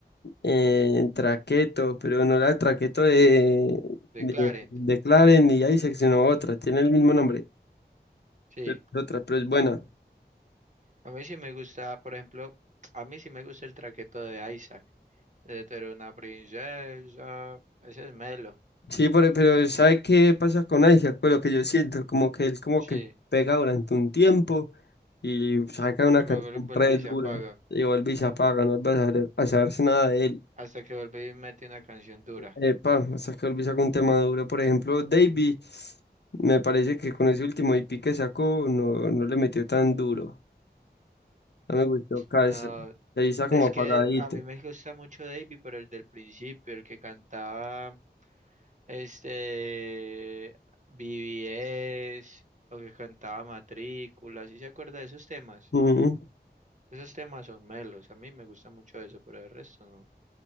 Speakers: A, on the left; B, on the right.
A: eh, traqueto, pero no la traqueto de,
B: De
A: de,
B: Clarent.
A: de Claren ni Isaac, sino otra, tiene el mismo nombre,
B: Sí.
A: pero es otra, pero es buena.
B: A mí sí me gusta, por ejemplo, a mí sí me gusta el traqueto de Isaac. De tú eres una princesa. Ese es Melo.
A: Sí, pero, pero ¿sabe qué pasa con Isaac? Pues lo que yo siento, como que él como
B: Sí.
A: que pega durante un tiempo y saca una
B: Y
A: canción
B: Luego lo vuelve
A: re
B: y
A: dura
B: se apaga.
A: y vuelve y se apaga, no vuelve a saber- a saberse nada de él.
B: Hasta que vuelve y mete una canción dura.
A: Epa, hasta que volví a sacar un tema duro. Por ejemplo, Davey, me parece que con ese último IP que sacó no, no le metió tan duro. No me gustó casi.
B: No.
A: Ahí está
B: Es
A: como apagadito.
B: que a mí me gusta mucho Davey, pero el del principio, el que cantaba este BBS o que cantaba Matrícula. ¿Sí se acuerda de esos temas?
A: Ujú.
B: Esos temas son melos. A mí me gusta mucho eso, pero el resto no.